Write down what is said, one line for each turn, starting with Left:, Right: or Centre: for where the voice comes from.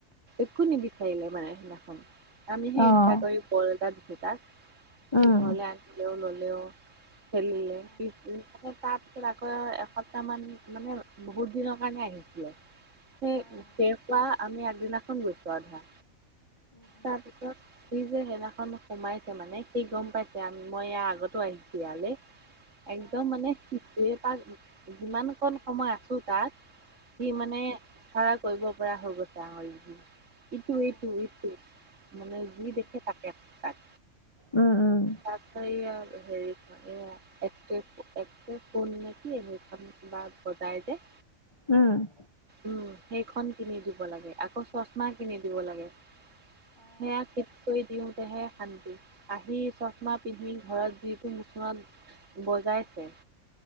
Right: একো নিবিচাৰিলে মানে সেইদিনাখন আমি সে
Left: অ',
Right: ইচ্ছা কৰি বল এটা দিছো তাক সি
Left: উম।
Right: ঘৰলে আনিলেও ললেও খেলিলে সি উ মানে তাৰপিছত আকৌ এসপ্তাহ মান মানে বহুত দিনৰ কাৰণে আহিছিলে। সেই শেষ হোৱা আমি আগদিনাখন গৈছো আও ধৰা তাৰপিছত সি যে সেইদিনাখন সোমাইছে মানে সি গম পাইছে মই ইয়া আগতো আহিছো ইয়ালে। একদম মানে এ তাক যিমান কণ সময় আছো তাত সি মানে ধাৰা কৰিব পৰা হৈ গৈছে আও সি ইটো ইটো ইটো মানে যি দেখে থাকে তাত
Left: উম উম
Right: তাত এইয়া হেৰি এয়া একটিভ একটিভ হল নেকি সেখন কিবা বজাই যে।
Left: উম
Right: উম সেইখন কিনি দিব লাগে আকৌ চচমা কিনি দিব লাগে। সেয়াকে কৰি দিওতেহে শান্তি আহি চশমা পিন্ধি ঘৰত যিটো মোচনত বজাইছে।